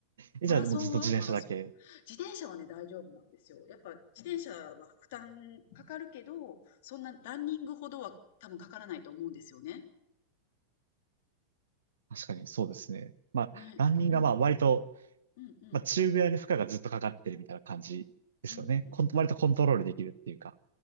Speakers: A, on the right (about 65°); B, on the left (about 50°).
A: ー、
B: マラソンはマラソン。
A: え、じゃあもうずっと自転車だけ。
B: 自転車はね、大丈夫なんですよ。やっぱ自転車は負担かかるけど、そんなランニングほどは多分かからないと思うんですよね。
A: 確かにそうですね。まあ、
B: ね。
A: ランニングがまあ割と
B: うん。うんうん。
A: まあ、中ぐらいの負荷がずっとかかってるみたいな感じですよね。
B: うんうん。
A: コン割とコントロールできるっていうか。
B: うん。